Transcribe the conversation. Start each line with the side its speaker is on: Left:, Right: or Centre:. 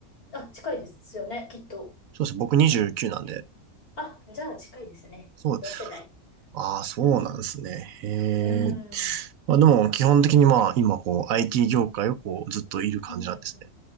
Left: あ、近いですよね、きっと。
Right: そうですね。僕29なんで。
Left: あ、じゃあ近いですね。
Right: そう。
Left: 同世代。
Right: ああ、そうなんですね。
Left: うん
Right: へ
Left: うん。
Right: え。
Left: うん
Right: まあでも基本的にまあ今こう IT 業界をこうずっといる感じなんですね。
Left: うんうん。